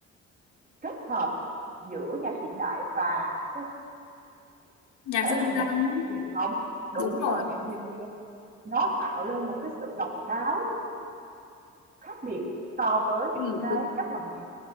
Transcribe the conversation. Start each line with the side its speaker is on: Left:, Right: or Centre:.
Right: kết hợp giữa nhạc hiện đại và những cái
Left: nhạc
Right: thể
Left: dân
Right: loại nhạc
Left: gian ấy.
Right: truyền thống đúng
Left: đúng rồi
Right: rồi nhạc dân gian nó tạo lên một cái sự độc đáo khác biệt so với những
Left: ừ,
Right: cái
Left: đúng
Right: cách làm nhạc